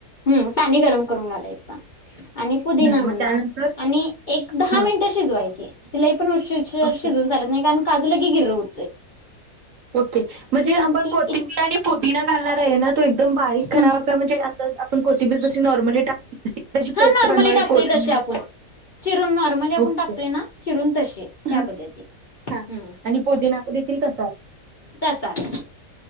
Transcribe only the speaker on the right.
हं,
मग त्यानंतर
हा
ओके
ओके म्हणजे आपण
कोथिंबीर
आणि पुदिना घालणार आहे ना तो एकदम बारीक करावा
का म्हणजे आता आपण कोथिंबीर जशी नॉर्मली टाक त्याची
पेस्ट
बनवावी
कोथिंबीर
ओके
हा
हा.
आणि पुदिना देखील तसाच